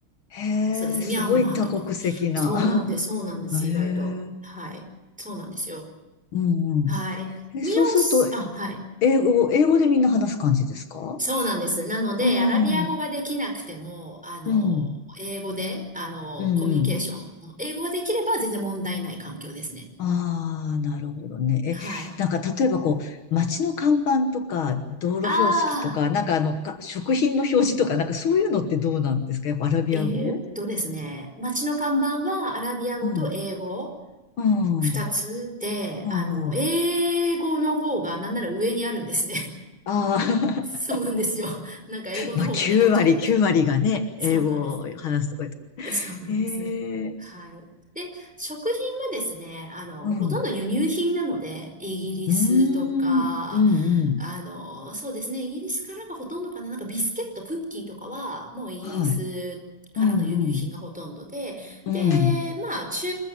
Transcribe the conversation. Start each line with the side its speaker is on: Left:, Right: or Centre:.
Left: へえ、
Centre: そうですね、
Left: すごい多国籍な。
Centre: ミャンマーとかも。そうなんです、そうなんです、
Left: <laughs> へ
Centre: 意外と。
Left: え、
Centre: はい。そうなんですよ。
Left: うんうん。
Centre: はい。
Left: え、
Centre: ミオス、
Left: そうすると、
Centre: あ、はい。
Left: 英語、英語でみんな話す感じですか
Centre: そうなんです。なので、
Left: うん、
Centre: アラビア語ができなくても、
Left: うん、
Centre: あの、
Left: うん、
Centre: 英語で、あの、
Left: うん。
Centre: コミュニケーション、英語ができれば全然問題ない環境ですね。
Left: ああ、なるほどね。え、
Centre: はい。
Left: なんか例えばこう、街の看板とか、道路標識とか、
Centre: ああ、
Left: なんかあの、か食品の表示とか、なんかそういうのってどうなんですかやっぱアラビア語
Centre: えーっとですね、街の看板はアラビア語と英語
Left: うん、うん、
Centre: 二つで、
Left: うん、
Centre: あの、
Left: うん。
Centre: 英語の方がなんなら上にあるんですね。
Left: あ
Centre: <laughs> そうなんですよ。
Left: あ
Centre: なんか英語の方が目立っちゃって。
Left: まあ、9割、9割がね、
Centre: そうなんです。
Left: 英語を話すとか
Centre: <laughs> そうなんです。
Left: 言へえ、
Centre: はい。で、食品はですね、あの、
Left: うん。
Centre: もうほとんど輸入品なので、イギリスとか、
Left: うーん、うん、うん。
Centre: あの、そうですね、イギリスからがほとんどかな、なんかビスケット、クッキーとかは、もうイギリスからの輸入品がほとんどで、
Left: はい。うん、うん、うん、
Centre: で、まあ、中